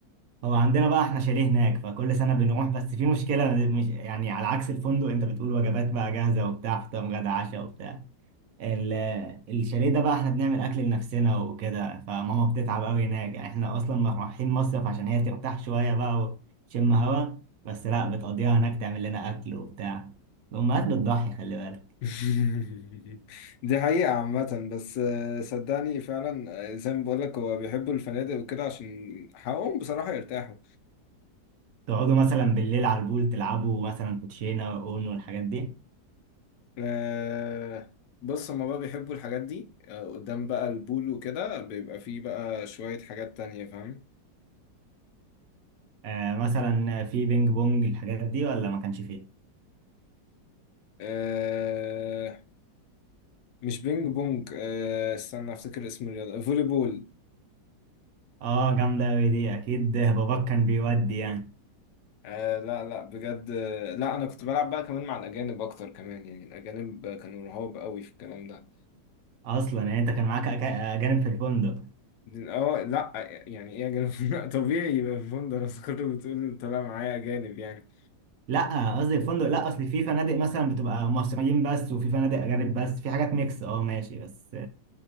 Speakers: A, on the right; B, on the left.
A: هو عندنا بقى احنا شاليه هناك فكل سنه بنروح بس في مشكله مش يعني على عكس الفندق انت بتقول وجبات بقى جاهزه وبتاع فطار غدا عشاء وبتاع ال- الشاليه ده بقى احنا بنعمل اكل لنفسنا وكده فماما بتتعب قوي هناك يعني احنا اصلا رايحين مصيف عشان هي ترتاح شويه بقى وتشم هوا بس لا بتقضيها هناك تعمل لنا اكل وبتاع الامهات بتضحي خلي بالك
B: <laughs> دي حقيقة عامة بس آه، صدقني فعلا آه، زي ما بقولك هو بيحبوا الفنادق وكده عشان حقهم بصراحة يرتاحوا
A: تقعدوا مثلا بالليل على البول تلعبوا مثلا كوتشينه واونو والحاجات دي
B: آه، بص هما بقى بيحبوا الحاجات دي آه، قدام بقى البول وكده بيبقى فيه بقى شوية حاجات تانية فاهم
A: آه مثلا في بينج بونج الحاجات دي ولا ما كانش فيه
B: آه، مش بينج بونج آه، استنى افتكر اسم الرياضة فولي بول
A: اه جامده قوي دي اكيد باباك كان بيودي يعني
B: آه لا لا بجد آه، لا انا كنت بلعب بقى كمان مع الاجانب اكتر كمان يعني الاجانب كانوا رهاب قوي في الكلام ده
A: اصلا يعني انت كان معاك أكا- اجانب في الفندق
B: اه لا يعني ايه اجانب <laughs> طبيعي يبقى في فندق ناس كله بتقول طلع معايا اجانب يعني
A: لا قصدي الفندق لا اصل في فنادق مثلا بتبقى مصريين بس وفي فنادق اجانب بس في حاجات ميكس اه ماشي بس